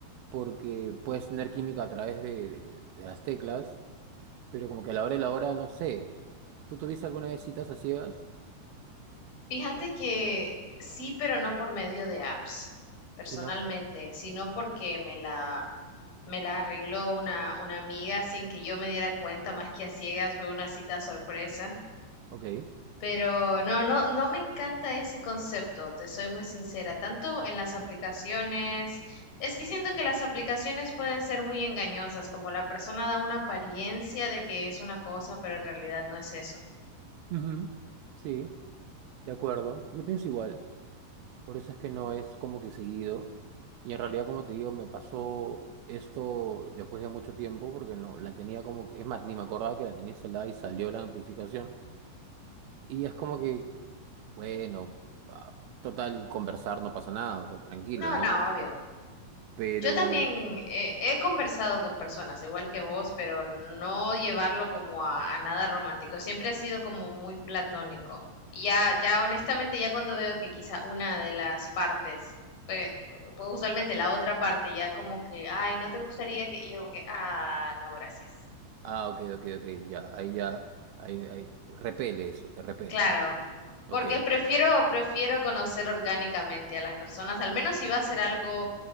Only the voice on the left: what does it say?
Fíjate que sí, pero no por medio de apps, personalmente,
sino porque me la... Me la arregló una, una amiga sin que yo me diera cuenta, más que a ciegas, fue una cita sorpresa.
Pero no, no, no me encanta ese concepto, te soy muy sincera, tanto en las aplicaciones, es que siento que las aplicaciones pueden ser muy engañosas, como la persona da una apariencia de que es una cosa, pero en realidad no es eso.
No,
no, obvio.
Yo también eh, he conversado con personas igual que vos, pero no llevarlo como a, a nada romántico. Siempre ha sido como muy platónico. Y ya, ya honestamente, ya cuando veo que quizá una de las partes, pues, pues usualmente la otra parte, ya como que, ay, no te gustaría que, y yo como que, ah, no, gracias.
Claro,
porque prefiero, prefiero conocer orgánicamente a las personas, al menos si va a ser algo,